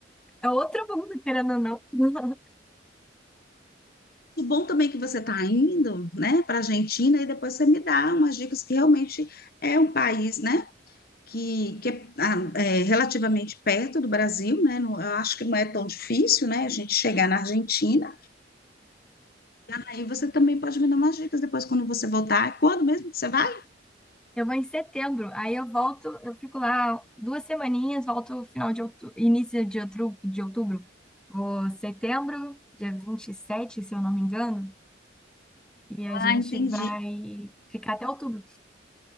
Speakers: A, in the centre; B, on the left (about 55°).
A: é outro mundo, querendo ou não. <laughs>
B: O bom também é que você está indo, né, para a Argentina e depois você me dá umas dicas que realmente é um país, né, que, que é, ah, é relativamente perto do Brasil, né, não- eu acho que não é tão difícil, né, a gente chegar na Argentina. Aí você também pode me dar umas dicas depois quando você voltar. Quando mesmo que você vai?
A: Eu vou em setembro, aí eu volto, eu fico lá duas semaninhas, volto final de outubro, início de outubro, de outubro. Vou setembro, dia 27 se eu não me engano, e a
B: Ah,
A: gente
B: entendi.
A: vai ficar até outubro.